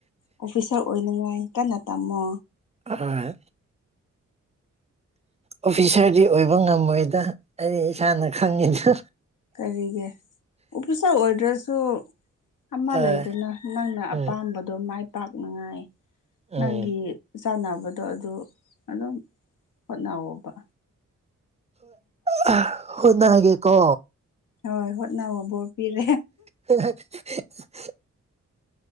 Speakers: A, on the left (about 80°); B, on the right (about 20°).
A: ꯑꯣꯐꯤꯁꯥꯔ ꯑꯣꯏꯅꯉꯥꯏ ꯀꯟꯅ ꯇꯝꯃꯣ
B: ꯑ ꯑꯣꯐꯤꯁꯥꯔꯗꯤ ꯑꯣꯏꯕ ꯉꯝꯃꯣꯏꯗ ꯑꯩ ꯏꯁꯥꯅ ꯈꯪꯉꯤꯗ
A: ꯀꯔꯤꯒꯦ ꯑꯣꯐꯤꯁꯥꯔ ꯑꯣꯏꯗ꯭ꯔꯁꯨ ꯑꯃ
B: ꯍꯣꯏ
A: ꯂꯩꯗꯅ ꯅꯪꯅ ꯑꯄꯥꯝꯕꯗꯣ
B: ꯎꯝ
A: ꯃꯥꯏ ꯄꯥꯛꯅꯉꯥꯏ
B: ꯎꯝ
A: ꯅꯪꯒꯤ ꯆꯥꯟꯅꯕꯗꯣ ꯑꯗꯨ ꯑꯗꯨꯝ ꯍꯣꯠꯅꯋꯕ
B: ꯍ ꯍꯅꯦ ꯀꯣ
A: ꯍꯣꯏ ꯍꯣꯠꯅꯕꯕꯣꯔ ꯄꯤꯔꯦ
B: <unintelligible>